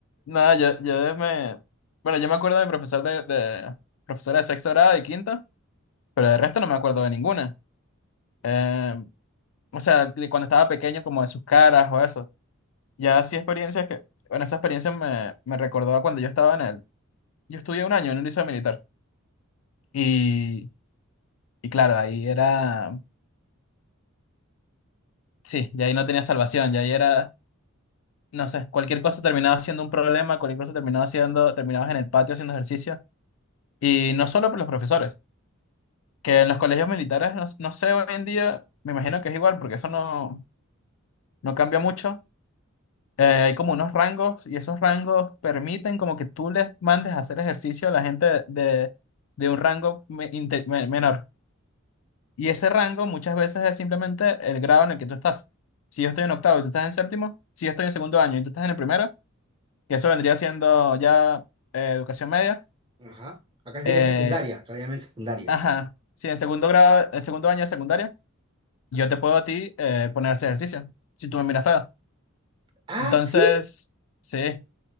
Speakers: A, on the left (about 65°); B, on the right (about 20°).
A: No, yo, yo me... Bueno, yo me acuerdo de mi profesor de, de... Profesora de sexto grado y quinto. pero de resto no me acuerdo de ninguna. Eh, o sea, de cuando estaba pequeño, como de sus caras o eso. Ya sí experiencias que, bueno, esa experiencia me, me recordó a cuando yo estaba en el, yo estudié un año en un liceo militar y, y claro, ahí era, sí, ya ahí no tenía salvación, ya ahí era, no sé, cualquier cosa terminaba siendo un problema, cualquier cosa terminaba siendo, terminabas en el patio haciendo ejercicio y no solo por los profesores, que en los colegios militares, no, no sé hoy en día, me imagino que es igual porque eso no, no cambia mucho eh, hay como unos rangos y esos rangos permiten como que tú les mandes a hacer ejercicio a la gente de, de un rango me- inte- me- menor. Y ese rango muchas veces es simplemente el grado en el que tú estás. Si yo estoy en octavo y tú estás en séptimo, si yo estoy en segundo año y tú estás en el primero, que eso vendría siendo ya eh, educación media,
B: Ajá, acá sería
A: eh,
B: secundaria, todavía en secundaria.
A: ajá, si en segundo grado, en segundo año de secundaria, yo te puedo a ti eh, poner a hacer ejercicio, si tú me miras feo.
B: Ah,
A: Entonces,
B: sí,
A: sí.